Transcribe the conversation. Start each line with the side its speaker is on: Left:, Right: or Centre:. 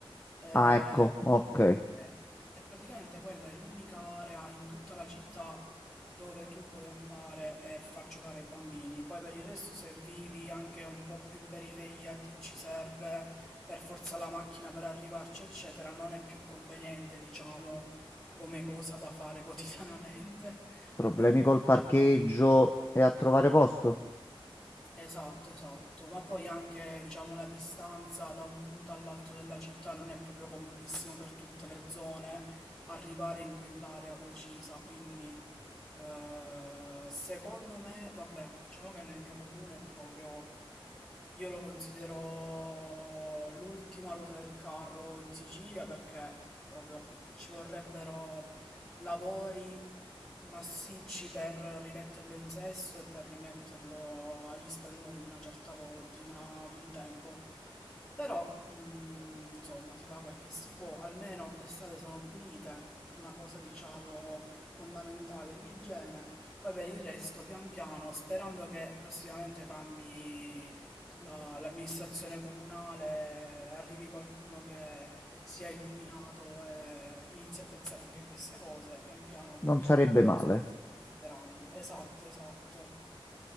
Centre: Eh,
Left: Ah, ecco, ok.
Centre: eh, E praticamente quella è l'unica area in tutta la città dove tu puoi andare e far giocare i bambini. Poi per il resto, se vivi anche un po' più in periferia, ti ci serve per forza la macchina per arrivarci, eccetera, non è più conveniente, diciamo come cosa da fare quotidianamente,
Left: Problemi
Centre: almeno loro
Left: col
Centre: diciamo.
Left: parcheggio e a trovare posto?
Centre: Esatto, esatto, ma poi anche diciamo la distanza da un punto all'altro della città non è proprio comodissimo per tutte le zone arrivare in quell'area precisa, quindi eh, secondo me, vabbè, diciamo che nel mio comune è proprio, io lo considero l'ultima ruota del carro in Sicilia perché proprio ci vorrebbero lavori massicci per rimetterlo in sesto e per rimetterlo agli splendori di una certa volta, di una- di un tempo. Però, mh, insomma, si fa quel che si può, almeno le strade sono pulite, una cosa, diciamo, fondamentale è l'igiene. Poi per il resto, pian piano, sperando che prossimamente cambi la- l'amministrazione comunale, arrivi qualcuno che sia illuminato e inizi a pensare anche a queste cose, pian piano
Left: Non sarebbe
Centre: Penso
Left: male.
Centre: che si sposteranno. Esatto, esatto.